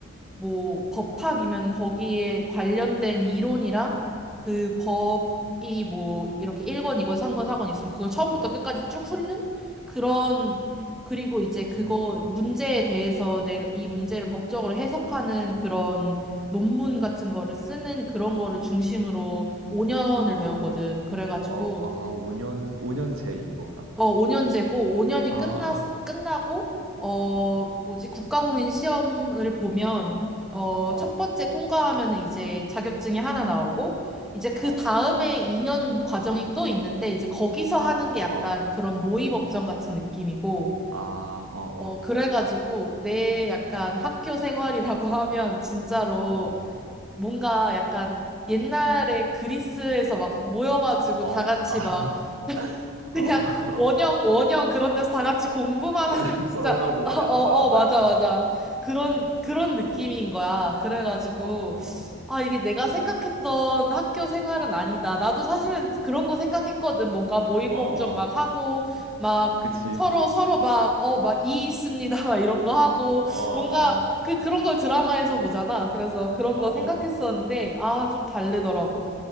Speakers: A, in the centre; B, on the right (about 80°).
A: 뭐 법학이면 거기에 관련된 이론이랑 그 법이 뭐 이렇게 1권, 2권, 3권, 4권 있으면 그걸 처음부터
B: 어 어.
A: 끝까지 쭉 훑는 그런 그리고 이제 그거
B: 음.
A: 문제에 대해서 내가 이 문제를 법적으로 해석하는 그런 논문 같은 거를 쓰는 그런 거를 중심으로 5년을
B: 아.
A: 배우거든. 그래가지고
B: 어, 아, 5년, 5년제인 거예요?
A: 어, 5년제고, 5년이
B: 아,
A: 끝나, 끝나고, 어, 뭐지, 국가공인 시험을 보면, 어,
B: 어,
A: 첫 번째 통과하면은 이제 자격증이 하나 나오고, 이제 그
B: 어,
A: 다음에 2년 과정이 또 있는데, 이제 거기서 하는
B: 어,
A: 게 약간
B: 어,
A: 그런 모의법정 같은 느낌이고,
B: 아, 어,
A: 어, 그래가지고, 내 약간 학교 생활이라고 <laughs> 하면, 진짜로
B: 어, 어,
A: 뭔가 약간 옛날에 그리스에서 막 모여가지고
B: 어,
A: 다 같이
B: 아,
A: 막, <laughs>
B: <laughs>
A: 그냥
B: 어, 어.
A: 원형 원형 그런 데서 다 같이 공부만
B: <laughs>
A: 하는 게 진짜
B: 토론하고
A: <laughs>
B: 약간
A: 어 어
B: 마, 말만,
A: 어 맞아 맞아 그런 그런 느낌인
B: 어,
A: 거야 그래가지고
B: 어,
A: 아 이게 내가 생각했던 학교 생활은 아니다 나도 사실은 그런 거 생각했거든 뭔가 모의고
B: 어,
A: 법정 막
B: 어,
A: 하고 막
B: 그치,
A: 서로 서로 막 어 막 이 있습니다 <laughs> 막 이런 거 하고
B: 어, 어,
A: 뭔가 그 그런 걸 드라마에서 보잖아 그래서 그런
B: 어,
A: 거
B: 어,
A: 생각했었는데 아 좀 다르더라고